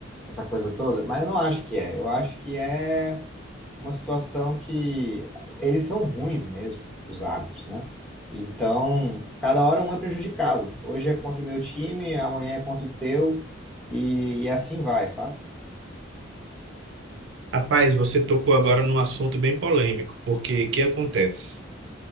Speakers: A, in the centre; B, on the right (about 65°).
A: Essa coisa toda, mas eu não acho que é. Eu acho que é uma situação que eles são ruins mesmo, os árbitros, né? Então, cada hora um é prejudicado. Hoje é contra o meu time, amanhã é contra o teu, e, e assim vai, sabe?
B: Rapaz, você tocou agora num assunto bem polêmico, porque o que acontece?